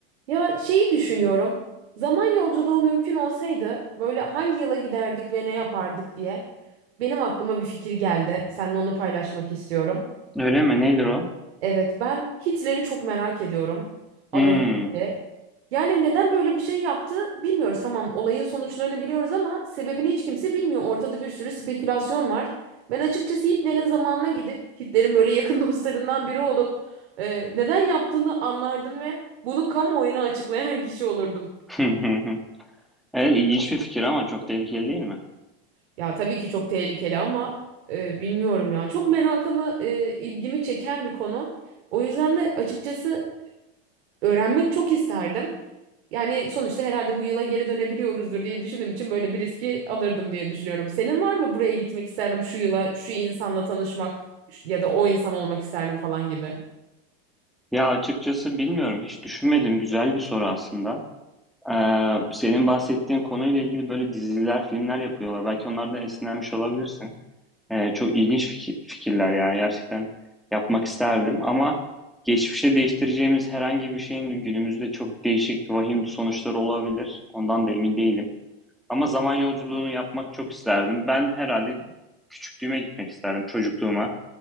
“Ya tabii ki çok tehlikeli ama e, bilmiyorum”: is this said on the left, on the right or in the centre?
Right